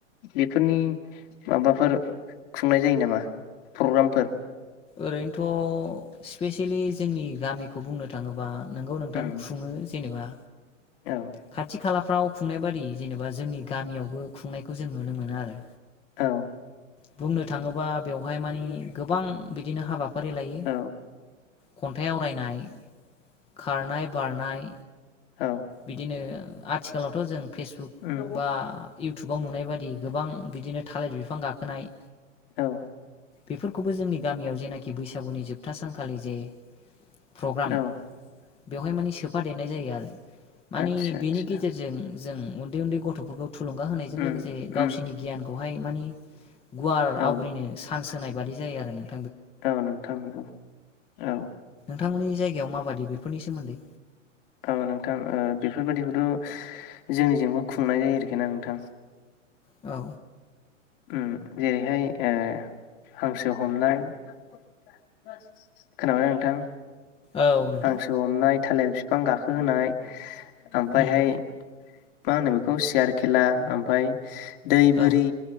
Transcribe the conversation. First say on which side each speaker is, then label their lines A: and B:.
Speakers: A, on the left; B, on the left.
A: बेफोरनि माबाफोर खुंनाय जायो नामा प्रग्रामफोर
B: ओरैनोथ' स्पेसियेलि जोंनि गामिखौ बुंनो थाङोबा नोंगौ नोंथां
A: उम
B: खुङो जेनेबा
A: औ
B: खाथि खालाफ्राव खुंनाय बादि जेनेबा जोंनि गामियावबो खुंनायखौ जों नुनो मोनो आरो
A: औ
B: बुंनो थाङोबा बेवहाय मानि
A: <inaudible>
B: गोबां बिदिनो हाबाफारि लायो
A: औ
B: खन्थाइ आवरायनाय, खारनाय, बारनाय
A: औ
B: बिदिनो आथिखालावथ' जों फेसबुक
A: उम
B: बा इउटुबाव नुनाय बादि गोबां बिदिनो थालिर बिफां गाखोनाय
A: औ
B: बेफोरखौबो जोंनि गामियाव जेनाखि बैसागुनि जोबथा सानखालि जे प्रग्राम
A: औ
B: बेवहाय मानि सोफा देरनाय जायो आरो मानि
A: आदसा
B: बेनि
A: आदसा
B: गेजेरजों जों उन्दै उन्दै गथ'फोरखौ थुलुंगा होनायजों
A: उम
B: लोगोसे गावसोरनि
A: उम
B: गियानखौ बेहाय मानि गुवार
A: औ
B: आवग्रिनो सान्स होनाय बादि जायो आरो नों
A: औ नोंथां नंगौ औ
B: नोंथांमोननि जायगायाव माबादि बेफोरनि सोमोन्दै?
A: औ नोंथां ओ बेफोरबायादिखौथ' जोंनिजोंबो खुंनाय जायो आरोखि ना नोंथां
B: औ
A: उम जेरैहाय ओ हांसो हमनाय खोनाबाय नोंथां?
B: औ नोंथां
A: हांसो हमनाय थालिर बिफां गाखहोनाय ओमफ्रायहाय
B: उम
A: मा होनो बेखौ सियार खेला ओमफाय दै बोरि
B: औ